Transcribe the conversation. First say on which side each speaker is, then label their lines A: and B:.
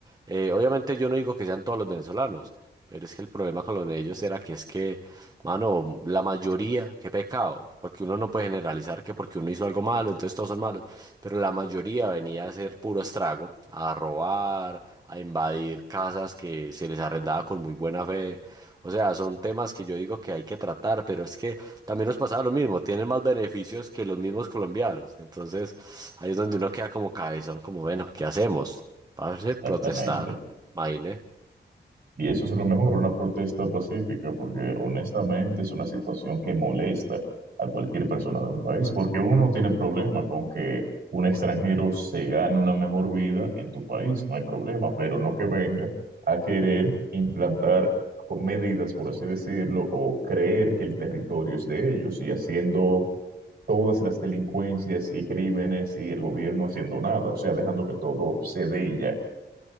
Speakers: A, on the right; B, on the right.
A: Eh, obviamente yo no digo que sean todos los venezolanos, pero es que el problema con los de ellos era que es que, mano, la mayoría, qué pecado, porque uno no puede generalizar que porque uno hizo algo malo, entonces todos son malos, pero la mayoría venía a hacer puro estrago, a robar, a invadir casas que se les arrendaba con muy buena fe. O sea, son temas que yo digo que hay que tratar, pero es que también nos pasaba lo mismo, tienen más beneficios que los mismos colombianos. Entonces, ahí es donde uno queda como cabezón, como, bueno, ¿qué hacemos? Parce,
B: Exactamente.
A: protestar, imagine.
B: Y eso es lo mejor, una protesta pacífica, porque honestamente es una situación que molesta a cualquier persona de un país, porque uno no tiene problema con que un extranjero se gane una mejor vida en tu país, no hay problema, pero no que venga a querer implantar co- medidas, por así decirlo, o creer que el territorio es de ellos y haciendo todas las delincuencias y crímenes y el gobierno haciendo nada, o sea, dejando que todo se dé y ya.